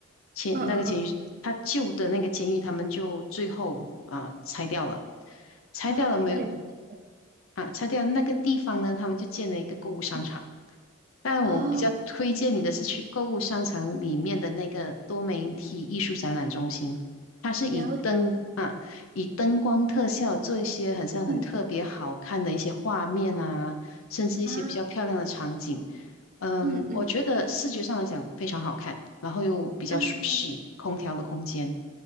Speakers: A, on the left; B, on the right.
A: 前那个监狱，
B: 嗯嗯嗯，
A: 他旧的那个监狱，他们就最后啊拆掉了，拆掉了没有
B: 啊，了解，
A: 啊？拆掉了那个地方呢，他们就建了一个购物商场。
B: 嗯，
A: 但我比较推荐你的是去购物商场里面的那个多媒体艺术展览中心，
B: 哦，
A: 它是以灯啊，
B: 了解，
A: 以灯光特效做一些很像很特别好看的一些画面啊，
B: 嗯
A: 甚至一些比较漂亮的场景。
B: 啊，
A: 嗯，
B: 嗯嗯
A: 我觉得视觉上来讲非常好看，然后又比较舒适，
B: 啊。
A: 空调的空间。